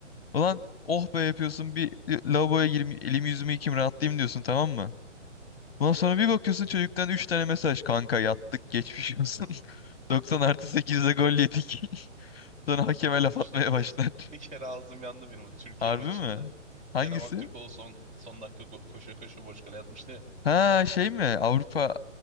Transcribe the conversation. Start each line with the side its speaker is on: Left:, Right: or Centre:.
Left: Ulan oh be yapıyorsun bir lavaboya gireyim elimi yüzümü yıkayayım rahatlayayım diyorsun tamam mı? Ondan sonra bir bakıyorsun çocuktan 3 tane mesaj. Kanka yattık geçmiş olsun. <laughs> 90 artı 8'de gol yedik. <laughs> Sonra hakeme
Right: Bana olmuştu
Left: laf atmaya
Right: o bir kere.
Left: başlar.
Right: <laughs> Bir kere
Left: <laughs>
Right: ağzım yandı benim o Türkiye
Left: Harbi
Right: maçında.
Left: mi? Hangisi?
Right: Kerem Aktürkoğlu son, son dakika go- koşa koşa boş kale atmıştı ya.
Left: Ha şey mi? Avrupa